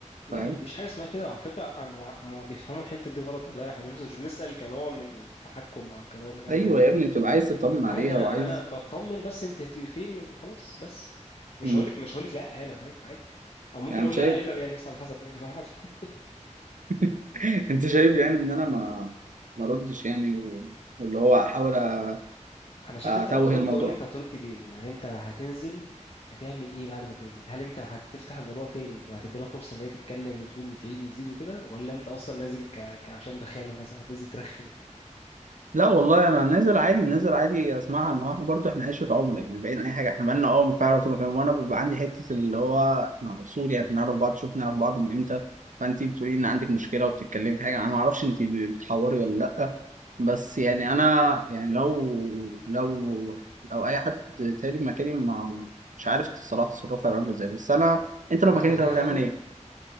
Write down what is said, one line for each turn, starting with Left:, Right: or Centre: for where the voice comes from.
Left: لا
Right: فاهم
Left: ما فيش حاجه اسمها كده وعلى فكره هم هم بيفهموا الحته دي غلط والله احنا مش مش بنسأل كنوع من التحكم او كنوع من اي
Right: ايوه
Left: حاجه
Right: يا ابني بتبقى عايز تطمن
Left: عادي
Right: عليها
Left: انا
Right: وعايز
Left: انا بطمن بس انت هتبقي فين وخلاص بس مش
Right: مم.
Left: هقولك مش هقولك لا يعني او حاجه عادي او ممكن
Right: يعني
Left: اقول
Right: أنت شايف
Left: لا الا يعني مثلا على حسب يعني <laughs>
Right: <laughs> انت شايف يعني ان انا ما ما ردش يعني و... واللي هو احاول أ-
Left: انا شايف
Right: اتوه
Left: انت لو هترد
Right: الموضوع
Left: قول لي انت هترد ليه يعني انت هتنزل هتعمل ايه بعد ما تنزل هل انت هتفتح الموضوع تاني وهتدي لها فرصه ان هي تتكلم وتقول وتعيد وتزيد وكده ولا انت اصلا نازل ك... ك... عشان رخامه مثلا هتنزل ترخم
Right: لا والله انا نازل عادي نازل عادي اسمعها ان هو احنا برضو احنا عشره عمر يعني بعيد عن اي حاجه احنا بقالنا اه فعلا طول الوقت. وانا بيبقى عندي حته اللي هو احنا اصول يعني بنعرف بعض شوفنا نعرف بعض من امتى فانت بتقولي ان عندك مشكله وبتتكلمي في حاجه انا ما اعرفش انت بتحوري ولا لا بس يعني انا يعني لو لو لو اي حد تاني مكاني ما ما- مش عارف الصراحه تصرفها هيبقى عامل ازاي بس انا انت لو
Left: بعد
Right: مكاني
Left: ما
Right: طب
Left: هي
Right: هتعمل
Left: خطبت
Right: ايه؟